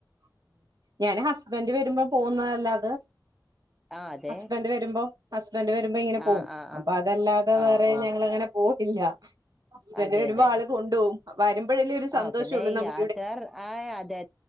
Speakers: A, on the right; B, in the centre.
A: ഞാൻ ഹസ്ബന്ഡ് വരുമ്പോ പോകുന്നല്ലാത
B: ആ അതെ
A: ഹസ്ബന്ഡ് വരുമ്പോ സ്‌ബൻറ്റ് വരുമ്പോ ഇങ്ങനെ പോവും
B: ആ ആ ആ
A: അപ്പോ അതല്ലാതെ
B: ഓ
A: വേറെ
B: ഓ
A: ഞങ്ങളങ്ങനെ പോയിട്ടില്ല ഹസ്ബൻഡ്
B: അതെ
A: വരുമ്പോ
B: അതെ
A: ആള് കൊണ്ടുപോകും വരുമ്പഴലേ ഒരു
B: ആ
A: സന്തോഷം
B: പിന്നെ
A: ഒള്ളൂ നമ്മ
B: <unintelligible> അതെ അതെ